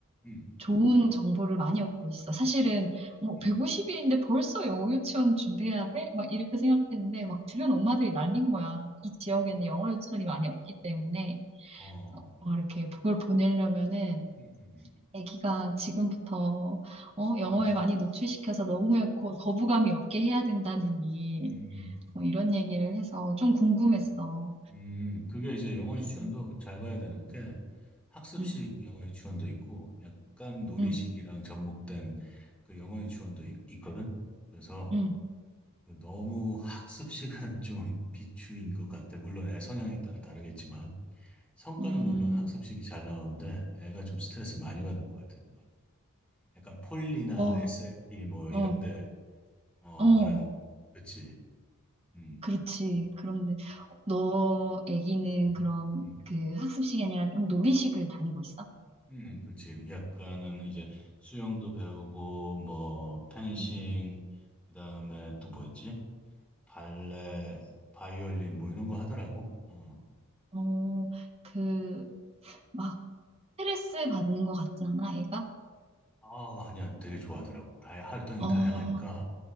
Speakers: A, in the centre; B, on the right.
A: 음,
B: 좋은 정보를 많이 얻고 있어. 사실은 뭐
A: 음,
B: 150일인데 벌써 영어 유치원 준비해야 돼? 막 이렇게 생각했는데 막 주변 엄마들이
A: 음.
B: 난린 거야. 이 지역에는 영어 유치원이 많이 없기 때문에.
A: 어,
B: 어, 이렇게 그걸 보내려면은
A: 음, 음,
B: 아기가 지금부터 어, 영어에
A: 음,
B: 많이 노출시켜서 너무 거- 거부감이 없게 해야 된다느니
A: 음, 음, 음.
B: 뭐 이런 얘기를 해서 좀 궁금했어.
A: 음, 음. 음, 그게 이제 영어
B: 음,
A: 유치원도 잘 봐야 되는 게 학습식
B: 음,
A: 영어 유치원도 있고 약간 놀이식이랑
B: 음,
A: 접목된 그 영어 유치원도 있, 있거든. 그래서
B: 음,
A: 그 너무 학습식은 <laughs> 좀 비추인 것 같아. 물론 애 성향에 따라 다르겠지만. 성과는
B: 음,
A: 물론 학습식이 잘 나오는데 애가 좀 스트레스 많이 받을 것 같아 그거. 약간 폴리나
B: 어,
A: SLP 뭐
B: 어,
A: 이런데 어
B: 어,
A: 말하는 그치. 음.
B: 그렇지. 그런데
A: 아,
B: 너 아기는
A: 음.
B: 그럼
A: 음.
B: 그 학습 이 아니라 좀 놀이식을 다니고 있어?
A: 음, 음, 그치. 약간은 이제 수영도 배우고 뭐 펜싱
B: 음.
A: 그다음에 또 뭐 있지? 발레, 바이올린 뭐 이런 거 하더라고. 어.
B: 어, 그, 막, 스트레스 받는 것 같진 않아, 애가?
A: 아, 아니야. 되게 좋아하더라고. 다 활동이
B: 어,
A: 다양하니까